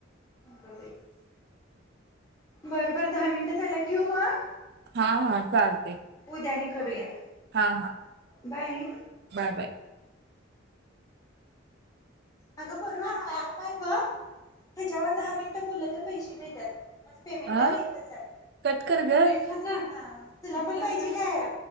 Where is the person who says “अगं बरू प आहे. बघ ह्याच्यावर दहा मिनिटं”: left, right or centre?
Left